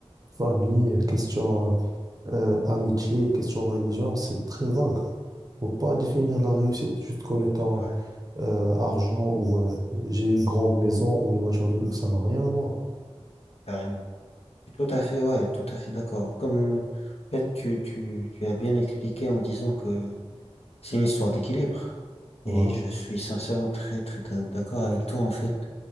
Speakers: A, on the right; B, on the left.
A: famille, question euh, amitié, question religion, c'est très vague. Faut pas définir la réussite juste comme étant
B: ouais,
A: euh, argent ou euh, j'ai une grande maison ou une voiture de luxe, ça n'a rien à voir.
B: carrément. Je suis Tout à fait, ouais, tout à fait d'accord. Comme en fait, tu, tu, tu as bien expliqué en disant que c'est une histoire d'équilibre.
A: Voilà.
B: Et je suis sincèrement très, très d'accord avec toi, en fait.